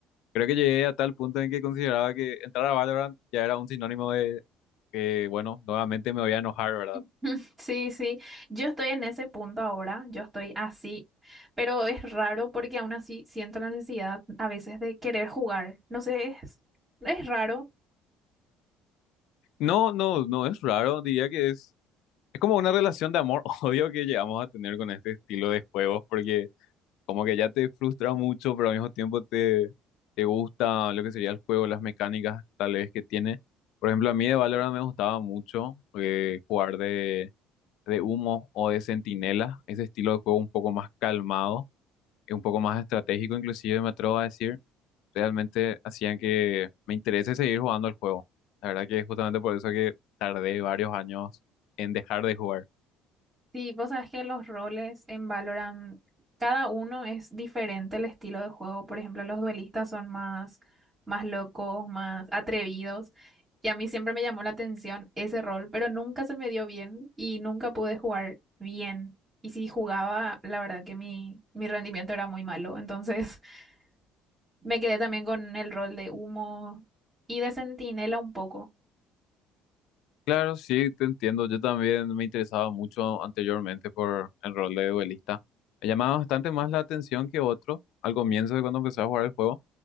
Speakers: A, on the left; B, on the right.
A: Creo que llegué a tal punto en que consideraba que entrar a Valorant ya era un sinónimo de que, bueno, nuevamente me voy a enojar, ¿verdad?
B: <laughs> Sí, sí, yo estoy en ese punto ahora, yo estoy así, pero es raro porque aún así siento la necesidad a veces de querer jugar, no sé, es, es raro,
A: No, no, no es raro, diría que es, es como una relación de amor-odio <laughs> que llegamos a tener con este estilo de juegos, porque... Como que ya te frustra mucho, pero al mismo tiempo te, te gusta lo que sería el juego, las mecánicas tal vez que tiene. Por ejemplo, a mí de Valorant me gustaba mucho eh, jugar de, de humo o de centinela, ese estilo de juego un poco más calmado, y un poco más estratégico, inclusive me atrevo a decir, realmente hacían que me interese seguir jugando el juego. La verdad que es justamente por eso que tardé varios años en dejar de jugar.
B: Sí, vos sabes que los roles en Valorant, cada uno es diferente el estilo de juego. Por ejemplo, los duelistas son más, más locos, más atrevidos. Y a mí siempre me llamó la atención ese rol, pero nunca se me dio bien y nunca pude jugar bien. Y si jugaba, la verdad que mi, mi rendimiento era muy malo. Entonces <laughs> me quedé también con el rol de humo y de centinela un poco.
A: Claro, sí, te entiendo. Yo también me interesaba mucho anteriormente por el rol de duelista. Me llamaba bastante más la atención que otro al comienzo de cuando empecé a jugar el juego,